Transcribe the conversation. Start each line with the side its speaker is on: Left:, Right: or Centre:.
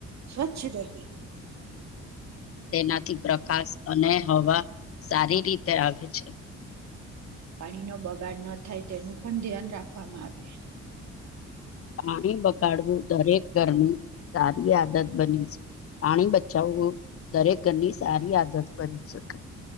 Right: સ્વચ્છ રહે.
Left: તેનાથી પ્રકાશ અને હવા સારી રીતે આવે છે.
Right: પાણીનો બગાડ ન થાય તેનું પણ ધ્યાન રાખવામાં આવે.
Left: પાણી બગાડવું દરેક ઘરનું સારી આદત બની શકે પાણી બચાવવું દરેક ઘરની સારી આદત બની શકે.